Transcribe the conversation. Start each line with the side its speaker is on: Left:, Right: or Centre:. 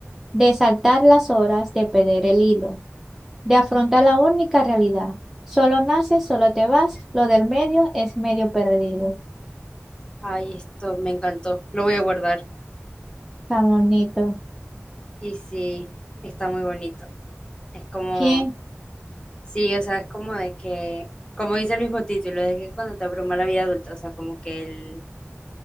Centre: de saltar las horas, de perder el hilo, de afrontar la única realidad. Solo naces, solo te vas, lo del medio es medio perdido.
Left: Ay, esto me encantó. Lo voy a guardar.
Centre: Está bonito.
Left: Y sí, está muy bonito. Es como,
Centre: ¿Quién?
Left: sí, o sea, es como de que, como dice el mismo título, es que cuando te abruma la vida adulta, o sea, como que el,